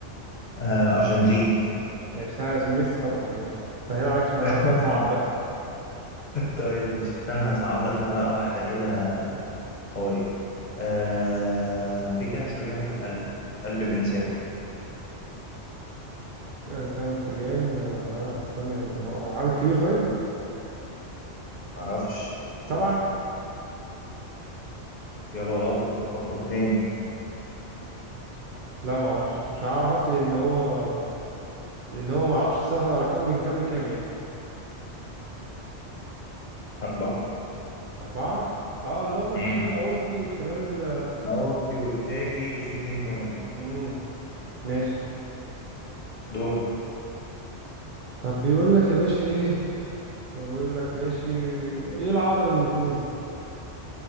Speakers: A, on the left; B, on the right.
A: آه أرجنتين
B: ماشي سهل عشان ميسي طبعا ماشي سهل عليك عشان هبدأ
A: <laughs>
B: صعب بقى
A: طيب ماشي استنى هصعب لك أنا بقى واحدة كده قوية آه في كام شريان في القلب قلب الإنسان
B: آه، كام شريان؟ آه، لا استنى يعني هو عدد كبير طيب؟
A: معرفش
B: سبعة؟
A: إجابة غلط فكر تاني
B: لا معرفش مش هعرف أفتي لأن هو لأن هو معرفش الصراحة الأرقام من كام لكام يعني
A: أربعة
B: أربعة؟ اه دول هما الشريان
A: مم.
B: الأورطي والشريان ال
A: الأورطي والتاجي وفي اتنين كمان
B: مم. ماشي
A: دورك
B: طب بيقول لك يا باشا ايه بيقول لك ماشي ايه العربي اللي مش مؤذي